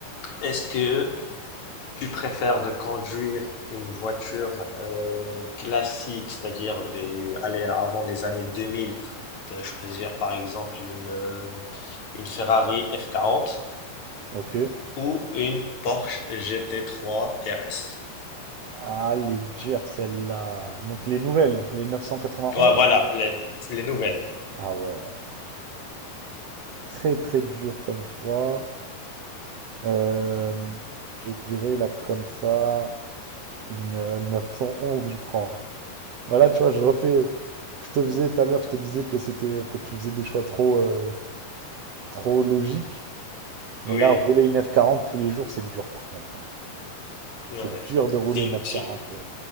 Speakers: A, on the left; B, on the right.
A: Est-ce que tu préfères de conduire une voiture euh, classique, c'est-à-dire des, allez, avant les années deux mille on peut choisir par exemple une, euh, une Ferrari f quarante.
B: Ok.
A: ou une Porsche GT3 RS.
B: Ah, les dures, celle-là. Donc, les nouvelles, les 991.
A: Ouais, voilà, les, les nouvelles.
B: Ah ouais, très très dur comme choix. Euh, je dirais là, comme ça, une euh, 911, je crois. Voilà, tu vois, je refais. Je te faisais tout à l'heure, je te disais que c'était que tu faisais des choix trop, euh, trop logiques. Mais
A: Oui.
B: là, rouler une F40 tous les jours, c'est dur par contre. hein.
A: Ouais.
B: C'est dur de rouler
A: C'est une,
B: une F40.
A: c'est une,
B: euh.